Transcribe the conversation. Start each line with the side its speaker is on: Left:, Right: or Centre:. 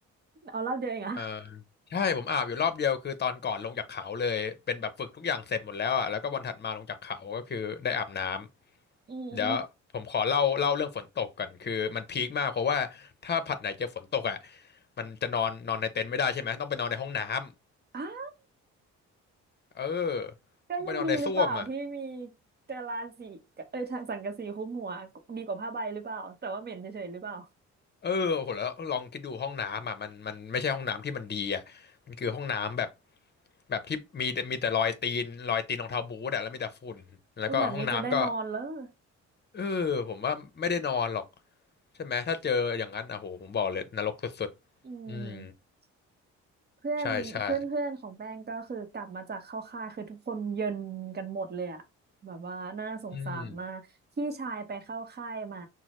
Right: เอารอบเดียวเองเหรอ่ะ
Left: เออใช่ผมอาบอยู่รอบเดียวคือตอนก่อนลงจากเขาเลยเป็นแบบฝึกทุกอย่างเสร็จหมดแล้วอ่ะแล้วก็วันถัดมาลงจากเขาก็คือได้อาบน้ำเดี๋ยวผมขอเล่าเล่าเรื่องฝนตกก่อนคือมันพีคมากเพราะว่าถ้าผัดไหนเจอฝนตกอ่ะ
Right: อืม
Left: มันจะนอนนอนในเต็นท์ไม่ได้ใช่ไหมต้องไปนอนในห้องน้ำ
Right: อ่า
Left: เออ
Right: ก็ยังดีหรือเปล่าที่มี
Left: ต้องไปนอนในส้วมอ่ะ
Right: กะลาสีเอ้ยทางสังกะสีคลุ้มหัวดีกว่าผ้าใบหรือเปล่าแต่ว่าเหม็นเฉยๆหรือเปล่า
Left: เออโหแล้วลองคิดดูห้องน้ำอ่ะมันมันไม่ใช่ห้องน้ำที่มันดีอ่ะมันคือห้องน้ำแบบแบบที่มีแต่มีแต่รอยตีนรอยตีนรองเท้าบู๊ตอ่ะแล้วมีแต่ฝุ่นแล้วก็ห้องน้ำก็
Right: ก็แบบนี้จะได้นอนแล้ว
Left: เออผมว่าไม่ได้นอนหรอกใช่ไหมถ้าเจออย่างนั้นอ่ะโหผมบอกเลยนรกสุดๆอืม
Right: อืมเพื่อนเพื่อนเพื่อนของแป้งก็คือกลับมาจากเข้าค่ายคือทุกคนเย็นกันหมดเลยอะแบบว่าน่าสงสารมากพี่ชายไปเข้าค่ายมา
Left: ใช่ใช่อืม